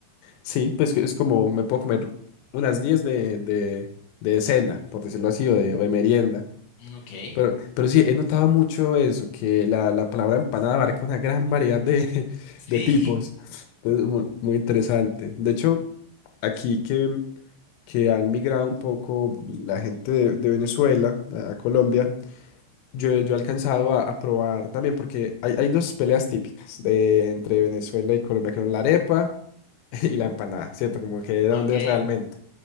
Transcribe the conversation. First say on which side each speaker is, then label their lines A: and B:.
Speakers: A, on the left; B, on the left.
A: Sí, pues que es como me puedo comer unas 10 de, de, de cena, por decirlo así, o de, o de merienda.
B: Ok.
A: Pero, pero sí, he notado mucho eso, que la, la palabra empanada abarca una gran variedad de, <laughs>
B: Sí,
A: de tipos.
B: <laughs>
A: Entonces, mu- muy, interesante. De hecho, aquí que, que han migrado un poco la gente de, de Venezuela a, a Colombia, yo, yo he alcanzado a, a probar también, porque hay, hay dos peleas típicas de, entre Venezuela y Colombia, que son la arepa <laughs> y la empanada, ¿cierto? Como que de dónde
B: ok.
A: es realmente.